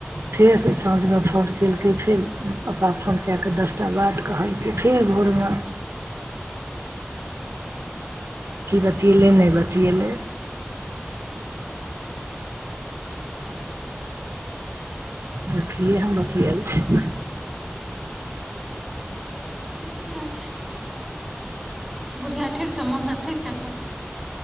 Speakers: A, on the right (about 75°); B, in the centre.
A: फेर साँझ में फोन केल कै फेर पप्पा के फोन कए कऽ दसटा बात कहल के फेर भोर में की बतिएलै नहि बतिएलै
B: <inaudible>
A: देखलियै हम बतल छी
B: ठीके छै बुढ़िया ठीक छौ मौन सब ठीक छै